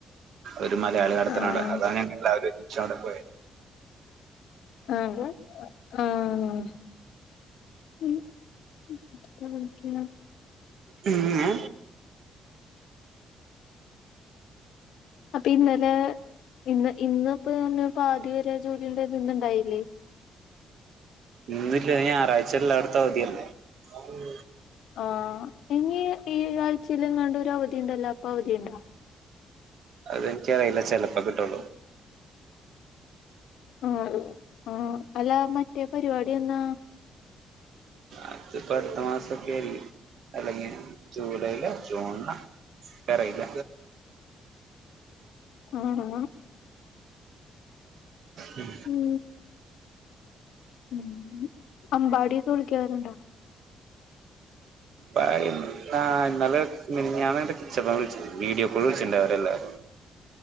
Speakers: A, on the right; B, on the left.
A: ഒരു മലയാളികടത്തണ
B: ആഹ്
A: കട അതാണ് ഞ എല്ലാവരും ചട പോയി
B: ആഹ ആഹ് <unintelligible>
A: പിന്നെ
B: അപ്പ ഇന്നലെ ഇന്ന്, ഇന്ന്പ്പൊ പറഞ്ഞ് പാതിവരെ ജോലിണ്ട് ഇത് ന്ന്‌ ഇണ്ടായില്ലേ.
A: ഇന്നില്ല ഞായറാഴ്ച എല്ലാടത്തും അവധില്ലെ. ഉം
B: ആഹ് ഇനി ഈ ആഴ്ചയിലെങ്ങാണ്ട് ഒരു അവധിണ്ടല്ലോ അപ്പൊ അവധിണ്ടോ?
A: അതെനിക്കറിയില്ല ചെലപ്പ കിട്ടുള്ളൂ.
B: ആ, ആ അല്ല മറ്റേ പരിപാടി എന്നാ?
A: അത്പ്പ അടുത്ത മാസൊക്കെരി അല്ലെങ്കി ജൂലൈയില, ജൂണില ക്കറിയില്ല.
B: ആണ.
A: ഉം
B: ഉ ഉ അമ്പാടിക്കെ വിളിക്കാറുണ്ടോ?
A: പ ഇന്നാ, ഇന്നലെ മിനങ്ങാന്ന്ണ്ട് കിച്ചപ്പ വിളിച്ച വീഡിയോ കോൾ വിളിച്ചിട്ടണ്ട അവരെല്ലാരും.